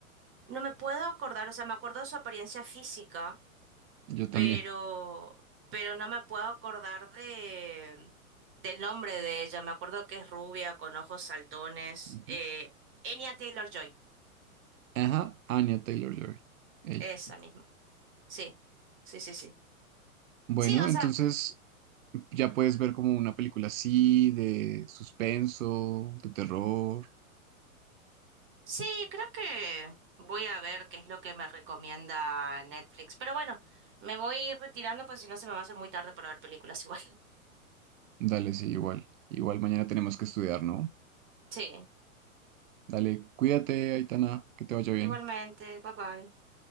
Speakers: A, on the right; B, on the right.
A: no me puedo acordar, o sea, me acuerdo de su apariencia física.
B: Yo también.
A: pero, pero no me puedo acordar de, del nombre de ella. Me acuerdo que es rubia, con ojos saltones.
B: Ujú.
A: Eh, Anya Taylor-Joy,
B: Ajá, Anya Taylor-Joy. Ella.
A: esa misma. Sí, sí, sí, sí.
B: Bueno,
A: Sí, o
B: entonces
A: sea,
B: ya puedes ver como una película así, de suspenso, de terror.
A: sí, creo que voy a ver qué es lo que me recomienda Netflix. Pero bueno, me voy retirando, pues si no se me va a hacer muy tarde para ver películas igual. <laughs>
B: Dale, sí, igual. Igual mañana tenemos que estudiar, ¿no?
A: Sí,
B: Dale, cuídate, Aitana, que te vaya bien.
A: igualmente, bye bye.